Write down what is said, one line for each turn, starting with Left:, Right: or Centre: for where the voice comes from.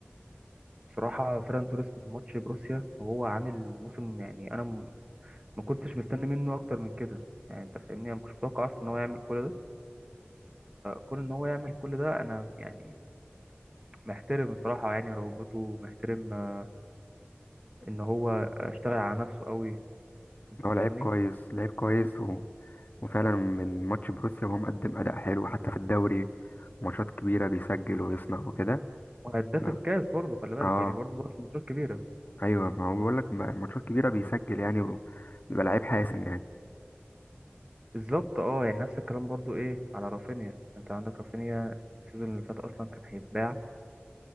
Right: بصراحه فيران توريس من ماتش بروسيا وهو عامل موسم يعني انا م- ما كنتش مستني منه اكتر من كده يعني انت فاهمني انا ما كنتش متوقع اصلا ان هو يعمل كل ده كون ان هو يعمل كل ده انا يعني محترم بصراحه يعني رغبته ومحترم آه، ان هو اشتغل على نفسه قوي انت فاهمني
Left: هو لعيب كويس لعيب كويس و... وفعلا من ماتش بروسيا وهو مقدم أداء حلو حتى في الدوري ماتشات كبيرة بيسجل ويصنع وكده
Right: وهداف
Left: ف-
Right: الكاس برضه خلي بالك
Left: اه
Right: يعني برضه ظهر في ماتشات كبيره
Left: ايوه ما هو بقول لك ماتشات كبيرة بيسجل يعني وبيبقى لعيب حاسم يعني
Right: بالظبط اه يعني نفس الكلام برضه ايه على رافينيا انت عندك رافينيا السيزون اللي فات اصلا كان هيتباع